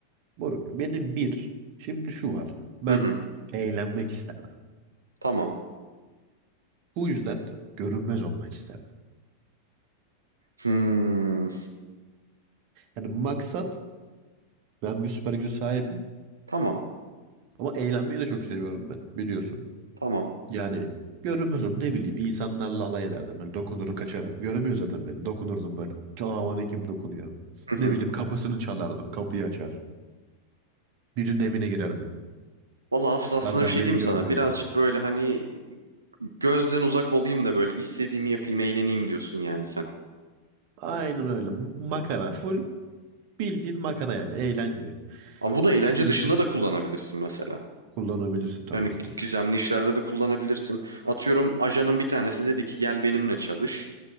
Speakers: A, on the right; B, on the right.
A: Moruk benim bir şimdi şu var. Ben
B: Hı hı,
A: eğlenmek isterdim.
B: tamam.
A: Bu yüzden görünmez olmak isterdim.
B: Hmm,
A: Yani maksat ben bir süper güce sahibim
B: tamam,
A: ama eğlenmeyi de çok seviyorum ben biliyorsun.
B: tamam.
A: Yani görünmez olurum ne bileyim insanlarla alay ederdim. Ben dokunur kaçarım. Göremiyor zaten beni. Dokunurdum böyle. Aman kim dokunuyor.
B: Hı hı.
A: Ne bileyim kapısını çalardım. Kapıyı açar. Birinin evine girerdim.
B: Valla Hafız aslında
A: Zaten
B: bir şey
A: beni
B: diyeyim
A: görmüyor.
B: mi sana? Birazcık böyle hani gözden uzak olayım da böyle istediğimi yapayım, eğleneyim diyorsun yani sen.
A: Aynen öyle. Makara. Full bildiğin makara yani. Eğlence.
B: Ama bunu eğlence
A: İşte insan
B: dışında da kullanabilirsin mesela.
A: kullanabilirsin tabii
B: Yani gü-
A: ki de.
B: güzemli işlerde de kullanabilirsin. Atıyorum ajanın bir tanesi dedi ki gel benimle çalış.